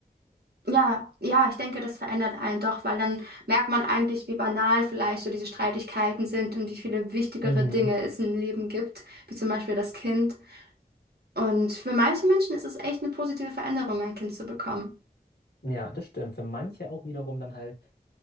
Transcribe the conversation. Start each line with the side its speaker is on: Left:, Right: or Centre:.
Right: Ja, ja, ich denke, das verändert einen doch, weil dann merkt man eigentlich, wie banal vielleicht so diese Streitigkeiten sind und wie viele wichtigere
Left: Mhm.
Right: Dinge es im Leben gibt, wie zum Beispiel das Kind. Und für manche Menschen ist es echt eine positive Veränderung, ein Kind zu bekommen.
Left: Ja, das stimmt. Für manche auch wiederum dann halt,